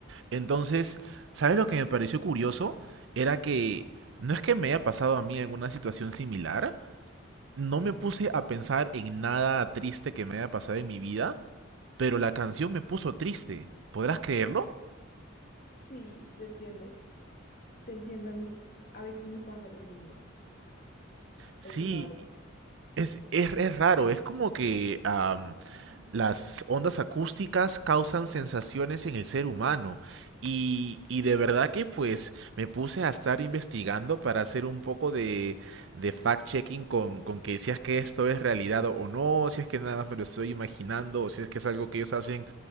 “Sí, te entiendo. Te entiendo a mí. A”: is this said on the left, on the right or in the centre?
Left